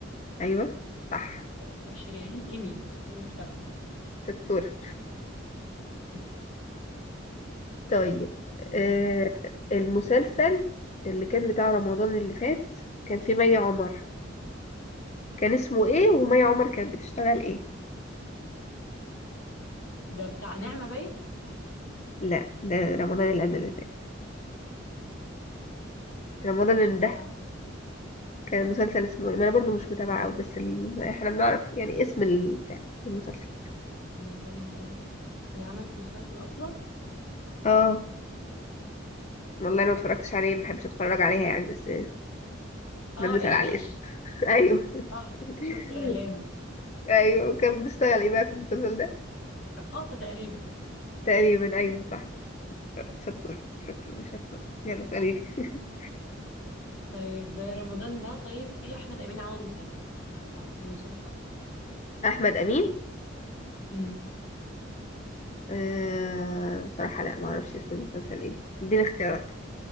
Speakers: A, on the left; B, on the left.
A: ايوه صح
B: وشريهان ايمي ايمي اختها
A: شطور <laughs>
B: <laughs>
A: طيب
B: ايوه
A: آه المسلسل اللي كان بتاع رمضان اللي فات كان فيه مي عمر كان اسمه ايه ومي عمر كانت بتشتغل ايه
B: ده بتاع نعمة باين
A: لا ده رمضان اللي
B: ملا
A: قبل اللي فات رمضان
B: بس انا مش
A: اللي
B: متابعة
A: ده
B: أوي
A: كان المسلسل اسمه ايه ما انا برضو مش متابعة قوي بس الم... احنا بنعرف يعني اسم ال- بتاع المسلسل
B: رمضان ده هي عملت مسلسل اصلا
A: اه والله انا ما اتفرجتش
B: اه
A: عليه ما بحبش اتفرج عليها يعني بس احنا
B: آه،
A: بنسأل
B: ايش
A: على
B: ايش
A: الاسم <laughs> ايوه
B: صح شفت
A: <laughs>
B: اعلانه صح
A: ايوه وكانت بتشتغل ايه بقى في المسلسل ده
B: رقاصة تقريبا
A: تقريبا ايوه صح شطور شطور شطور يلا اسأليني <laughs>
B: طيب رمضان ده طيب في احمد امين عمل مسلسل هل تعرفي المسلسل
A: احمد امين
B: امم
A: أه بصراحه لا ما اعرفش اسم المسلسل ايه اديني اختيارات